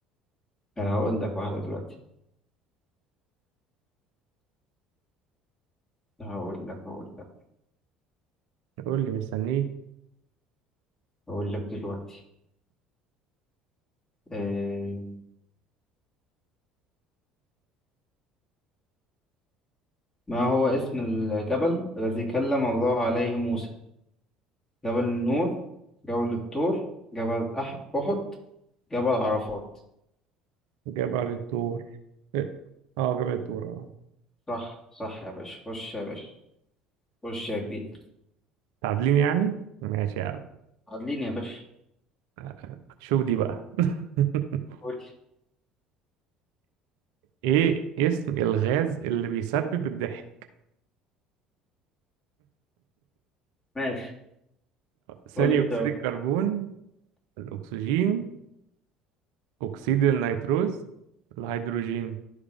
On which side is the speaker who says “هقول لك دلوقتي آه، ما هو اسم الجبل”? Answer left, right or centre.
Left